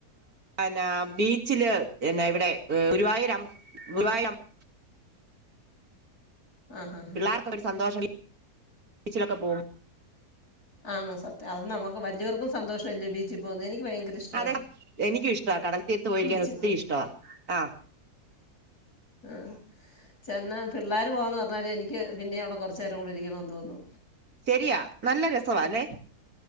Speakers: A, on the right; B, on the left.
A: എന്നാ ബീച്ചില് എന്നെ ഇവിടെ ഗുരുവായൂരംമ്പല ഗുരുവായൂരമ്പ-
B: ആഹ് ഹാ ഹാ
A: പിള്ളേർക്കും ഒരു സന്തോഷംല്ല ച്ചിലൊക്കെ പോ
B: ആണ സത്യം അത് നമുക്ക് വലിയവർക്കും സന്തോഷമല്ലേ ബീച്ചിൽ പോകുന്നത് എനിക്ക് ഭയങ്കര ഇഷ്ടവാ
A: അതെ എനിക്കും ഇഷ്ടമാ കടൽ തീർത്ത് പോയിരിക്കാൻ
B: ബീച്ചിൽ
A: ഒത്തിരി
B: പോ
A: ഇഷ്ടവാ ആ
B: ആ ചെന്നാ പിള്ളേർ പോവാന്ന് പറഞ്ഞാല് എനിക്ക് പിന്നെ അവിടെ കൊറച്ച നേരം കൂടി ഇരിക്കണന്ന് തോന്നു
A: ശരിയാ നല്ല രസ സവാല്ലേ